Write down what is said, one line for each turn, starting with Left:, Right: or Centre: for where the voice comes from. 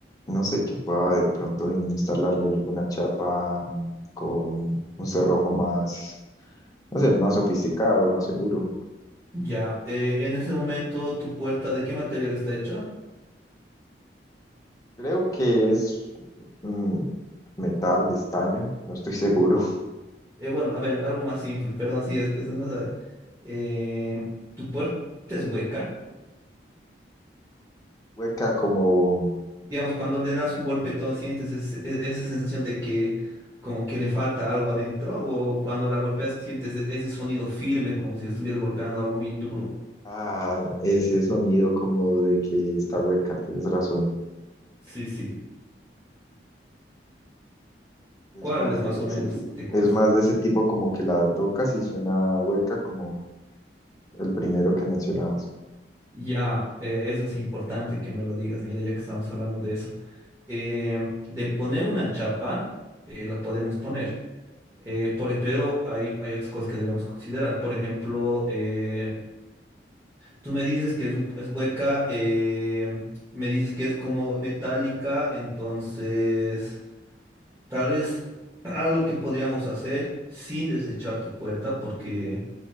Left: no sé, que pueda de pronto instalarle alguna chapa mm, con un cerrojo más, no sé, más sofisticado, más seguro.
Right: Ya, eh, en ese momento, ¿tu puerta de qué material está hecha?
Left: Creo que es mm, metal de estaño, no estoy seguro. <laughs>
Right: Eh, bueno, a ver, algo más simple, perdón, sí, es que se nos sabe. Eh, tu puerta es hueca.
Left: Hueca como,
Right: Digamos, cuando le das un golpetón, sientes es- e- esa sensación de que como que le falta algo adentro, o cuando la golpeas, sientes e- ese sonido firme, como si estuvieras golpeando algo bien duro.
Left: ah, ese sonido como de que está hueca, tienes razón.
Right: Sí, sí.
Left: Es
Right: ¿Cuál
Left: más
Right: es
Left: de
Right: más o menos?
Left: ese tipo.
Right: ¿Te acuerdas?
Left: Es más de ese tipo como que la tocas y suena hueca como el primero que mencionabas.
Right: Ya, eh, eso es importante que me lo digas, mira, ya que estamos hablando de eso. Eh, de poner una chapa, eh, la podemos poner. Eh, por- e, pero hay, hay otras cosas que debemos considerar. Por ejemplo, eh, tú me dices que es, un- es hueca, eh, me dices que es como metálica, entonces tal vez <clears throat> algo que podríamos hacer sin desechar tu puerta, porque